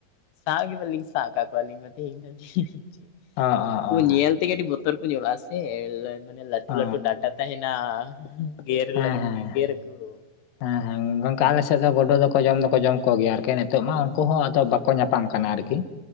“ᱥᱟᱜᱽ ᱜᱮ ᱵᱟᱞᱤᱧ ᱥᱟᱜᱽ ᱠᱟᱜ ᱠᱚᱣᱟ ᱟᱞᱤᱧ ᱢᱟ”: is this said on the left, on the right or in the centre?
Left